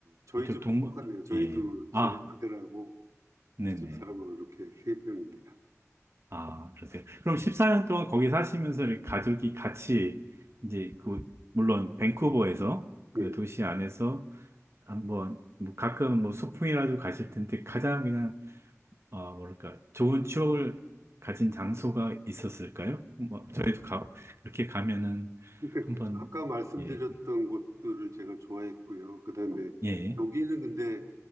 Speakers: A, on the right (about 80°); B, on the right (about 55°).
A: 저희
B: 이쪽
A: 집하
B: 동,
A: 똑같네요. 저희도
B: 예.
A: 제
B: 아,
A: 아들하고
B: 네네.
A: 집사람하고 이렇게 세 명입니다.
B: 아, 그러세요. 그럼 14년 동안 거기 사시면서 이렇게 가족이 같이, 이제 그, 물론 밴쿠버에서, 그
A: 예.
B: 도시 안에서 한번, 뭐 가끔 뭐 소풍이라도 가실 텐데, 가장 그냥 아, 뭐랄까, 좋은 추억을 가진 장소가 있었을까요? 뭐, 저희도 가, 이렇게 가면은
A: 그러니까
B: 한번,
A: 아까 말씀드렸던
B: 예,
A: 곳들을 제가 좋아했고요. 그다음에
B: 예,
A: 여기는 근데